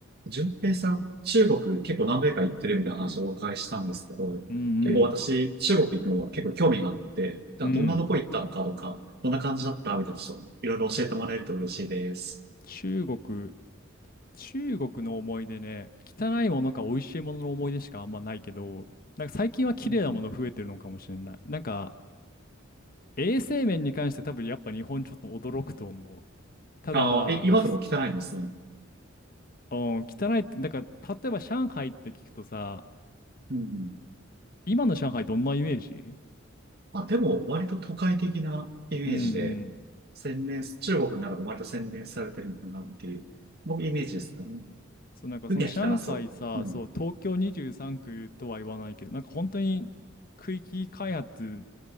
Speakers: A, on the right; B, on the left.
A: 順平さん、中国結構何回か行ってるみたいな話をお伺いしたんですけど、
B: うん
A: 結構私、中国行くのは結構興味があって、だからどんなとこ行ったのかとか、
B: うん。うん。
A: どんな感じだったみたいな人、ちょっといろいろ教えてもらえると嬉しいです。
B: 中国、中国の思い出ね、汚いものか美味しいものの思い出しかあんまないけど、なんか最近は綺麗なもの増えてるのかもしれない。
A: うんうん
B: なんか衛生面に関して多分やっぱ日本ちょっと驚くと思う。ただ、
A: ああ、え、今でも汚いんですね。
B: <laughs> うん、汚いって、だから例えば上海って聞くとさ、
A: うんうん
B: 今の上海どんなイメージ
A: あ、でも割と都会的なイメージで、
B: うんうん。
A: 洗練、中国の中で割と洗練されてるのかなっていう、僕イメージですよね。
B: そう、なんかその上海さ、
A: 海は汚そう。うん。
B: そう、東京23区とは言わないけど、なんか本当に区域開発